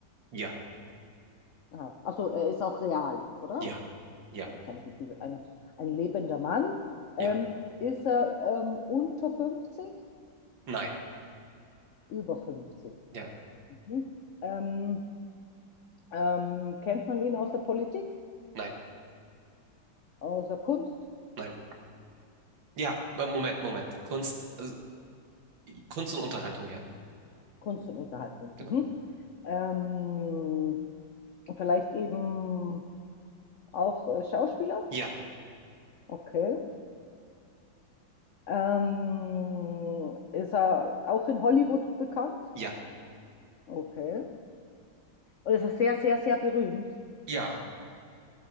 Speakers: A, on the right; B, on the left.
A: ja,
B: Aha. Achso, er ist auch real, oder?
A: ja, ja,
B: also keine fiktive, ein, ein lebender Mann, ähm,
A: ja,
B: ist er ähm, unter 50,
A: nein,
B: über 50.
A: ja,
B: Mhm. Ähm, ähm, kennt man ihn aus der Politik,
A: nein,
B: aus der Kunst,
A: nein. Ja, Mo- Moment, Moment. Kunst, also, Kunst und Unterhaltung, ja,
B: Kunst und Unterhaltung.
A: genau.
B: Mhm. Ähm, vielleicht eben auch äh, Schauspieler,
A: Ja,
B: okay. Ähm, ist er auch in Hollywood bekannt?
A: ja,
B: Okay. Und ist er sehr, sehr, sehr berühmt?
A: ja.